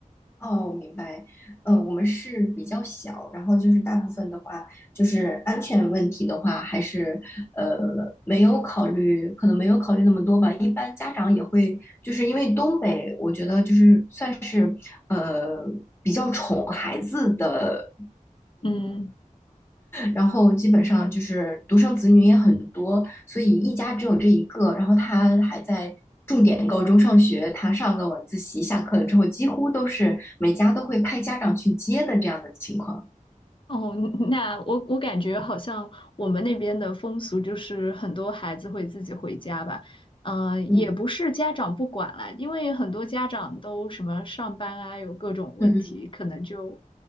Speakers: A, on the left; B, on the left.
A: 哦，明白。嗯、呃，我们是比较小，然后就是大部分的话，就是安全问题的话，还是呃没有考虑，可能没有考虑那么多吧。一般家长也会，就是因为东北，我觉得就是算是呃比较宠孩子的
B: 嗯。
A: 然后基本上就是独生子女也很多，所以一家只有这一个。然后他还在重点高中上学，他上个晚自习，下课了之后，几乎都是每家都会派家长去接的这样的情况。
B: 哦，那我我感觉好像我们那边的风俗就是很多孩子会自己回家吧，呃，也不是家长不管啦，
A: 嗯
B: 因为很多家长都什么上班啊，有各种问题，
A: 嗯嗯，
B: 可能就